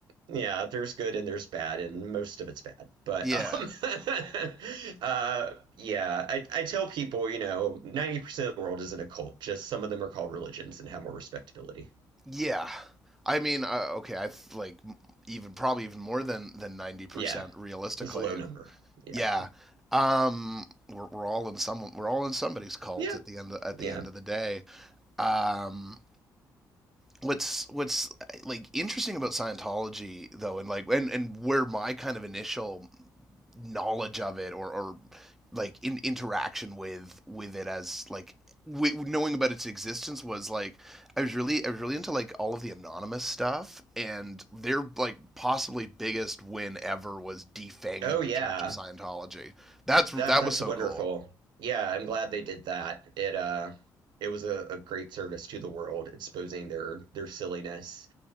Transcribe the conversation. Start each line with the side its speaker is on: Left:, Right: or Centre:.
Right: yeah, there's good and there's bad, and most of it's bad. But
Centre: yeah
Right: um, <laughs> uh, yeah, I, I tell people, you know, 90% of the world isn't a cult. Just some of them are called religions and have more respectability.
Centre: Yeah, I mean, uh, okay, I th- like even probably even more than than ninety percent
Right: Yeah,
Centre: realistically.
Right: it's a low number. Yeah,
Centre: Yeah, um, we're we're all in some we're all in somebody's cult
Right: yeah,
Centre: at the end of, at
Right: yeah.
Centre: the end of the day. Um, what's what's like interesting about Scientology though, and like and and where my kind of initial knowledge of it or, or like in interaction with with it as like w- knowing about its existence was like I was really I was really into like all of the anonymous stuff and their like possibly biggest win ever was defanging
Right: Oh yeah,
Centre: the Church of Scientology. That's
Right: that
Centre: that
Right: that's
Centre: was so
Right: wonderful.
Centre: cool.
Right: Yeah, I'm glad they did that. It uh, it was a, a great service to the world, exposing their their silliness